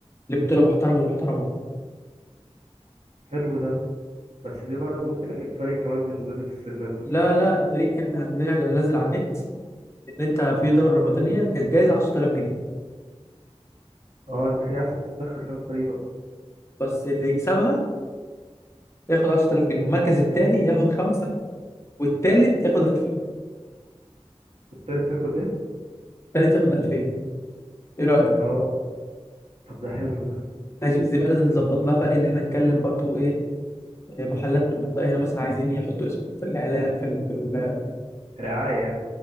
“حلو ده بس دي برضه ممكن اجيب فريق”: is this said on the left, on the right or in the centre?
Right